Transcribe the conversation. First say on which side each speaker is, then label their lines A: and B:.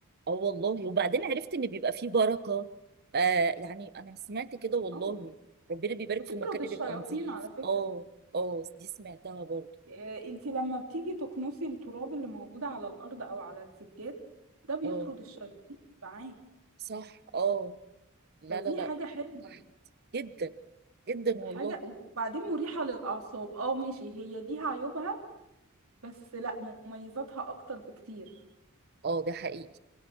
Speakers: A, on the right; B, on the right.
A: اه والله وبعدين عرفت ان بيبقى فيه بركه آه يعني انا سمعت كده والله
B: اه
A: ربنا بيبارك
B: بتطرد
A: في المكان
B: الشياطين
A: اللي بيبقى نظيف
B: على فكره
A: اه اه دي سمعتها برضو
B: آه، انت لما بتيجي تكنسي التراب اللي موجود على الارض او على السجاد ده بيطرد
A: اه
B: الشياطين معاه
A: صح اه لا
B: فدي
A: لا لا
B: حاجه حلوه
A: ارتحت جدا جدا والله
B: حاجه وبعدين مريحه للاعصاب اه ماشي هي دي عيوبها بس لا مميزاتها اكتر بكتير
A: اه ده حقيقي